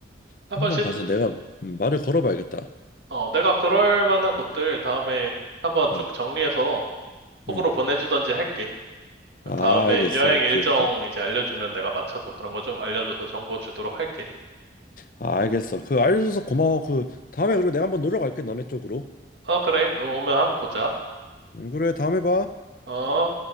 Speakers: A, on the right; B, on the left.
A: 한번
B: 한번
A: 시도,
B: 가서 내가 말을 걸어봐야겠다.
A: 어, 내가 그럴 만한 곳들 다음에 한번 쭉
B: 응,
A: 정리해서 톡으로
B: 응.
A: 보내주던지 할게. 그럼
B: 아,
A: 다음에
B: 알겠어.
A: 여행
B: 오케이,
A: 일정
B: 오케이.
A: 이제 알려주면 내가 맞춰서 그런 거 좀 알려줘서 정보 주도록 할게.
B: 아, 알겠어. 그 알려줘서 고마워. 그 다음에 그리고 내가 한번 노력할게 너네 쪽으로.
A: 어, 그래. 너 오면 한번 보자.
B: 음, 그래 다음에 봐.
A: 어.